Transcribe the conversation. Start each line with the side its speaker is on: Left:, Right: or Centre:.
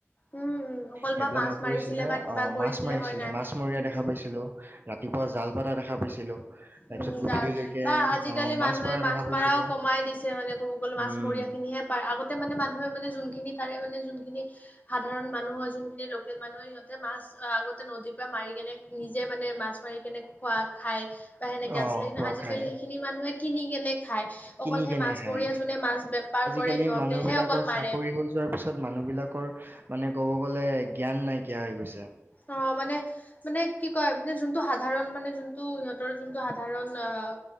Left: উম উম অকল
Right: সেইবিলাক,
Left: বা মাছ
Right: নকৰিছিলে।
Left: মাৰিছিলে বা কিবা
Right: অ',
Left: কৰিছিলে
Right: মাছ মাৰিছিলে,
Left: হয় নাই
Right: মাছ মৰীয়া দেখা
Left: উম
Right: পাইছিলো। ৰাতিপুৱা জাল পাতা দেখা পাইছিলোঁ, তাৰপিছত
Left: উম
Right: গধূলিলৈকে
Left: জাল বা
Right: অ
Left: আজিকালি মানুহে
Right: মৰা
Left: মাছ
Right: দেখা পাইছিলো
Left: মৰাও কমাই দিছে মানে ক'ব গ'লে মাছৰীয়া
Right: উম
Left: খিনিহে পায় আগতে মানে মানুহে মানে জো, খিন তাৰে মানে যোনখিনি সাধাৰণ মানুহ হয় যোনখিনি লোকেল মানুহে সিহঁতে মাছ আগত। নদীৰ পৰা মাৰি কেনে নিজে মানে মাছ মাৰি কেনে খোৱা খাই। বা সেনেকে
Right: অ
Left: আছিলে কিন্তু
Right: খোৱা
Left: আজিকালি
Right: খাই
Left: সেইখিনি মানুহে কিন কেনে। খাই,
Right: কিনি
Left: অকল সেই
Right: কেনে
Left: মাছমৰীয়া।
Right: খায়
Left: যোনে মাছ বেপাৰ
Right: আজিকালি
Left: কৰে, সিহঁতেহে
Right: মানুহ বিলাকৰ
Left: অকল মাৰে।
Right: চাকৰি হৈ যোৱাৰ পিছত মানুহ বিলাকৰ মানে ক'ব গ'লে জ্ঞান নাইকিয়া হৈ গৈছে।
Left: অ মানে মানে কি কয়। মানে যোনটো, সাধাৰণ মানে যোনটো সিহঁতৰ যোনটো সাধাৰণ। অ',